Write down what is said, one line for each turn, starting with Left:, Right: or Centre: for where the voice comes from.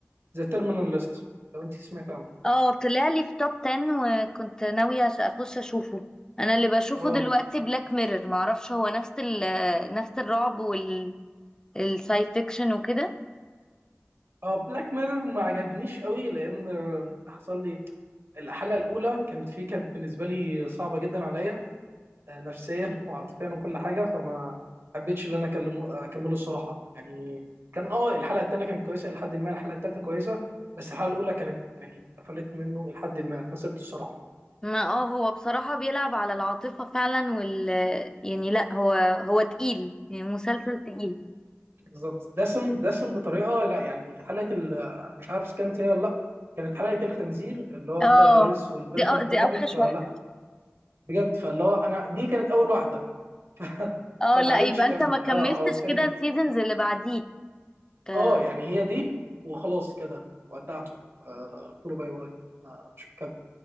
Right: ذا تيرمينال ليست لو انت سمعت عنه
Left: اه طلع لي في توب 10 وكنت ناوية أش- اخش اشوفه انا اللي بشوفه
Right: اه
Left: دلوقتي بلاك ميرور معرفش هو نفس ال... آه، نفس الرعب والساي فيكشن وكده
Right: اه بلاك ميرور ما عجبنيش قوي لان آه، حصل لي الحلقة الاولى كانت فيه كانت بالنسبة لي صعبة جدا عليا آه، نفسيا <laughs> وعاطفيا وكل حاجه فما حبيتش ان انا اكلمه اكمله الصراحه يعني كان اه الحلقه الثانيه كانت كويسه لحد ما الحلقه الثالثه كويسه بس الحلقه الاولى كانت يعني قفلت منه لحد ما فسبت الصراحه
Left: ما اه هو بصراحة بيلعب على العاطفة فعلا وال آه، يعني لا هو هو تقيل يعني مسلسل تقيل
Right: بالظبط دسم دسم بطريقه لا يعني حلقه ال... مش عارف كانت هي ولا لا كانت حلقه الخنزير اللي هو
Left: اه
Right: بتاع الرئيس والبنت
Left: دي أو
Right: اللي اختطفت
Left: دي اوحش
Right: فلا
Left: واحده
Right: بجد فاللي هو انا دي كانت اول واحده <laughs>
Left: اه
Right: فما
Left: لا
Right: عرفتش
Left: يبقى
Right: اكمل
Left: انت ما
Right: اه
Left: كملتش
Right: او تاني
Left: كده السيزونز اللي بعديك آه،
Right: اه يعني هي دي وخلاص كده ودعته آه، قلت له باي باي آه، مش مكمل